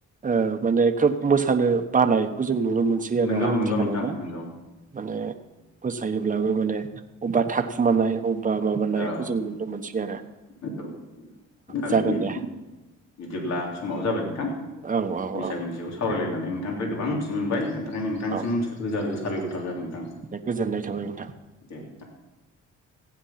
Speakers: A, on the right; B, on the left.
A: ओ माने खोब मोसानो बानायखौ जों नु नुनो मोनसै आरो
B: नंगौ
A: आथिखालावनो
B: नंगौ नोंथां नंगौ
A: माने मोसायोब्लाबो माने अबेबा थाखुमानाय अबेबा माबानायखौ
B: औ
A: जों नुनो मोनसै आरो
B: नंगौ थारैनो
A: जागोन दे
B: बिदिब्ला समाबो जाबाय नोंथां।
A: औ औ
B: बैसागुनि
A: औ
B: सायाव सावरायलायनानै नोंथांनिफ्राय गोबां मिथिनो मोनबाय बेनि थाखायनो नोंथांसि
A: औ
B: रोजा-रोजा साबायखर थाबाय आरो नोंथां दे
A: दे गोजोननाय थाबाय नोंथां
B: नोंथां।